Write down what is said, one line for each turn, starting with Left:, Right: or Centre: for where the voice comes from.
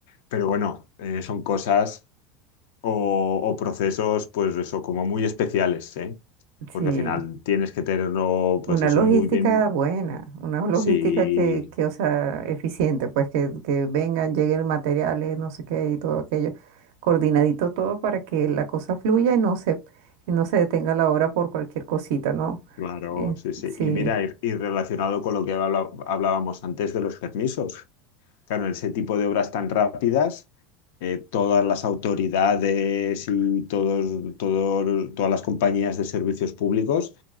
Left: Pero bueno, eh, son cosas o, o procesos, pues eso, como muy especiales, ¿eh?
Right: sí.
Left: Porque al final tienes que tenerlo,
Right: Una
Left: pues eso,
Right: logística
Left: muy bien.
Right: buena, una logística
Left: Sí,
Right: que, que, o sea, eficiente, pues que, que vengan, lleguen materiales, no sé qué y todo aquello, coordinadito todo para que la cosa fluya y no se, y no se detenga la obra por cualquier cosita, ¿no?
Left: claro,
Right: Eh,
Left: sí, sí.
Right: sí,
Left: Y mira, y, y relacionado con lo que habla- hablábamos antes de los permisos. Claro, en ese tipo de obras tan rápidas, eh, todas las autoridades y todos, todos- todas las compañías de servicios públicos